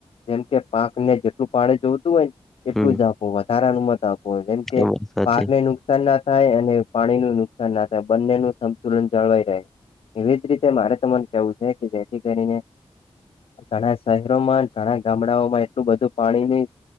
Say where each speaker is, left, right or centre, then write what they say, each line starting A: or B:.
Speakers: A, on the left (about 65°); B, in the centre.
A: જેમ કે પાકને જેટલું પાણી જોતું હોય ને એટલું
B: હમ
A: જ આપવા સારા ન મત આપોય જેમ કે
B: એ વાત સાચી
A: પાકને નુકસાન ના થાય અને પાણી નું નુકસાન ના થાય બંને નું સંતુલન જળવાઈ રહે. એવી જ રીતે મારે તમને એવું છે કે જેથી કરીને ઘણા શહેરોમાં ઘણા ગામડાઓમાં એટલું બધું પાણીની